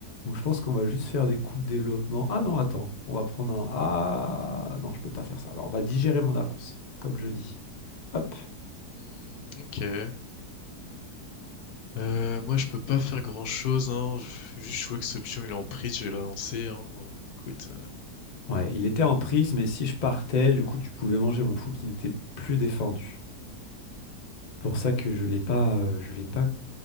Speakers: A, on the left (about 45°); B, on the left (about 70°).
A: Donc je pense qu'on va juste faire des coups de développement. Ah non attends, on va prendre un ah non je peux pas faire ça. Alors on va digérer mon avance comme je dis. Hop.
B: Hmm, ok. Euh, moi, je peux pas faire grand-chose, hein. Je- Juste, je vois que ce pion, il est en prise, je vais l'avancer, hein. Écoute,
A: Ouais, il était en prise, mais si je partais, du coup, tu pouvais manger mon fou qui n'était plus défendu. Pour ça que je l'ai pas, euh, je l'ai pas